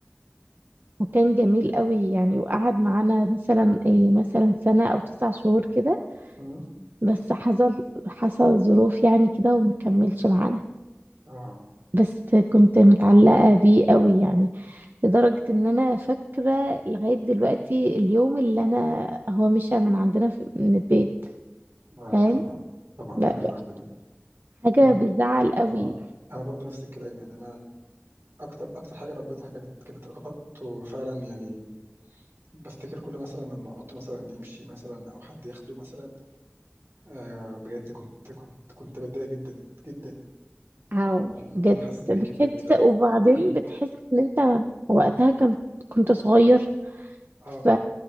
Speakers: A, on the right (about 55°); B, on the right (about 80°).
A: وكان جميل قوي يعني وقعد معانا مثلا إيه مثلا سنة أو تسع شهور كده
B: مم.
A: بس حصل حصل ظروف يعني كده وما كملش معانا
B: اه
A: بس كنت متعلقة بيه قوي يعني لدرجة ان انا فاكرة لغاية دلوقتي اليوم اللي انا هو مشى من عندنا في من البيت
B: اه
A: فاهم
B: طبعا طبعا
A: لا
B: حاجة تزعل
A: لا
B: جدا
A: حاجة
B: انا
A: بتزعل قوي
B: اه انا برضو نفس الكلام يعني انا اكتر اكتر حاجه ربيتها كانت كانت القطط وفعلا يعني بفتكر كل مثلا لما قط مثلا يمشي مثلا او حد ياخده مثلا آه بجد كنت كنت كنت بتضايق جدا جدا
A: أو
B: آه
A: بجد
B: فانا حاسس بيكي
A: بتحس
B: بجد فعلا
A: وبعدين
B: <clears throat>
A: بتحس ان انت وقتها كنت كنت صغير
B: اه
A: ف